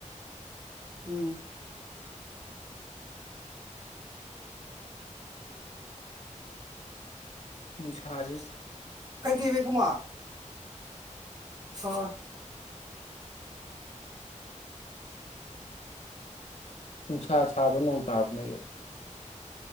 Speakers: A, on the right; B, on the left.
A: ꯎꯝ
B: ꯅꯨꯡꯁꯥꯥꯖꯦ
A: ꯀꯩꯗꯩꯕ ꯏꯕꯨꯡꯉꯣ ꯍ
B: ꯅꯨꯡꯁꯥ ꯁꯥꯕꯔꯣ ꯅꯣꯡ ꯇꯥꯕ ꯅꯣꯏꯒꯤ